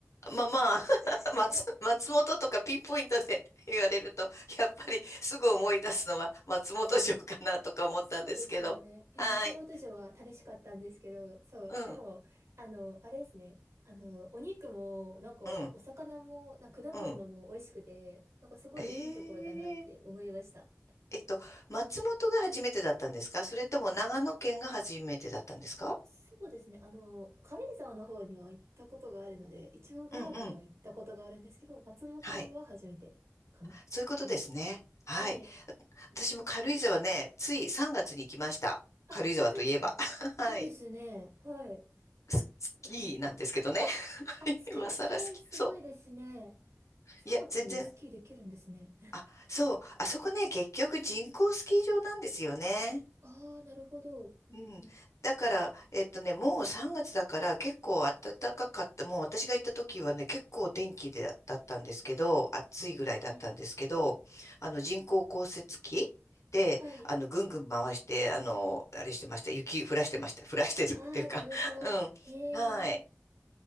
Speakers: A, on the left; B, on the right.
A: まあまあ、
B: <laughs> えみたい
A: <laughs> 松、松本とかピンポイントで <laughs> 言われると、やっぱりすぐ思い出すのは松本城かなとか思ったんですけど。
B: なそ、そうですよね。いや、
A: はい。
B: 松本城は楽しかったんですけど、そう。
A: うん、
B: でも、あの、あれですね。あの、お肉も、なんか、
A: うん、
B: お魚も、なんか果物も美味しくて、
A: うん。
B: なんかすごいいいところだなって思いました。
A: えええっと、松本が初めてだったんですかそれとも長野県が初めてだったんですか
B: そうですね。あの、軽井沢の方には行ったことがあるので、一応長野には行ったことがあるんですけど、
A: うんうん。
B: 松本は初めてかなです。
A: はい。そういうことですね。はい。
B: はい。
A: 私も軽井沢ね、つい3月に行きました。
B: あ、
A: 軽井沢といえば。
B: 本当ですかいいですね。
A: <laughs> はい。
B: はい。
A: ススキーなんですけどね。
B: お
A: <laughs>
B: あ、スキー、
A: 今更スキー。
B: えー、すごいですね。
A: そう。
B: 3月にスキーできるんですね。
A: いや、全然。あ、そう。あそこね、結局人工スキー場なんですよね。
B: ああ、なるほど。うんうん。
A: うん。だから、えっとね、もう3月だから結構暖かかった。もう私が行った時はね、結構天気でだったんですけど、暑いぐらいだったんですけど、
B: うんうん。
A: あの人工降雪機で、
B: はい。
A: あの、ぐんぐん回して、あの、あれしてました。雪降らしてました。降らしてるっていうか。
B: ああ、なるほど。
A: <laughs>
B: へ
A: うん。はい。
B: え。